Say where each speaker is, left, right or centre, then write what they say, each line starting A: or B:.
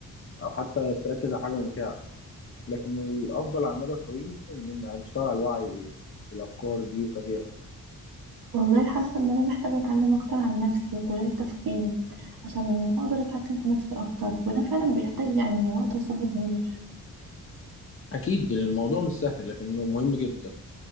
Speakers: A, on the left; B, on the right.
A: او حتى تركز على حاجه ممتعه لكن الأفضل على المدى الطويل إن نشتغل على الوعي بالأفكار دي وتغييرها
B: والله حاسة ان انا محتاجة اتعلم اكتر عن نفسي وطريقة تفكيري عشان اقدر اتحكم في نفسي اكتر وده فعلا بيحتاج يعني وقت وصبر كبير
A: أكيد الموضوع مش سهل لكنه مهم جدا